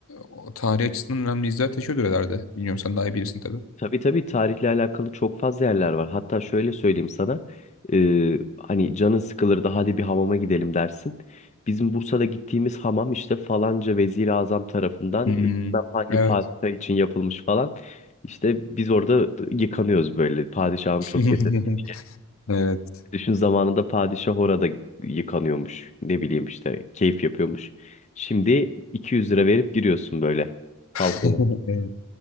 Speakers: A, on the left; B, on the left.
A: o tarih açısından önemli izler taşıyordur herhalde. Bilmiyorum sen daha iyi bilirsin tabii.
B: Tabii tabii tarihle alakalı çok fazla yerler var. Hatta şöyle söyleyeyim sana. e, hani canın sıkılır da hadi bir hamama gidelim dersin. Bizim Bursa'da gittiğimiz hamam işte falanca Vezir-i Azam tarafından
A: Hmm,
B: e, bilmem hangi
A: evet.
B: padişah için yapılmış falan. İşte biz orada yıkanıyoruz böyle. Padişahım
A: <laughs>
B: çok yetenekli diye.
A: Evet.
B: Düşün zamanında padişah orada yıkanıyormuş. Ne bileyim işte keyif yapıyormuş. Şimdi 200 lira verip giriyorsun böyle
A: <laughs>
B: halk olarak.